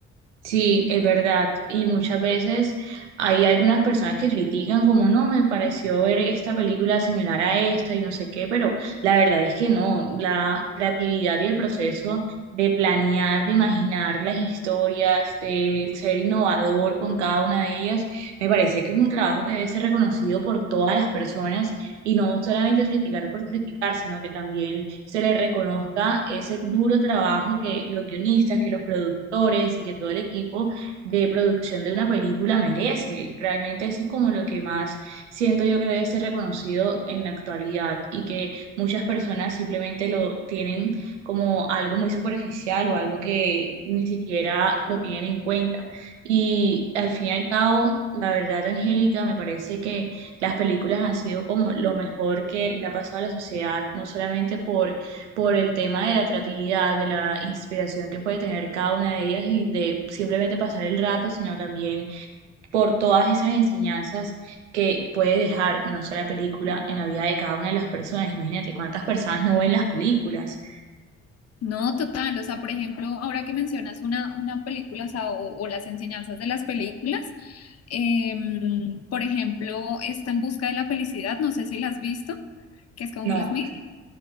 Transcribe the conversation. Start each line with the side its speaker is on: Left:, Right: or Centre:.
Right: Sí, es verdad. Y muchas veces hay algunas personas que critican como no, me pareció ver esta película similar a esta y no sé qué, pero la verdad es que no. La creatividad y el proceso de planear, de imaginar las historias, de ser innovador con cada una de ellas, me parece que es un trabajo que debe ser reconocido por todas las personas y no solamente criticar por criticar, sino que también se le reconozca ese duro trabajo que los guionistas, que los productores y que todo el equipo de producción de una película merece. Realmente eso es como lo que más siento yo que debe ser reconocido en la actualidad y que muchas personas simplemente lo tienen como algo muy superficial o algo que ni siquiera lo tienen en cuenta. Y al fin y al cabo, la verdad, Angélica, me parece que las películas han sido como lo mejor que le ha pasado a la sociedad, no solamente por, por el tema de la atractividad de la inspiración que puede tener cada una de ellas y de simplemente pasar el rato, sino también por todas esas enseñanzas que puede dejar una sola película en la vida de cada una de las personas. Imagínate cuántas personas no ven las películas.
Left: No, total. O sea, por ejemplo, ahora que mencionas una, una película, o, sea, o- o las enseñanzas de las películas, em, por ejemplo, está En busca de la felicidad, no sé si la has visto, que es con
Right: No,
Left: Will Smith.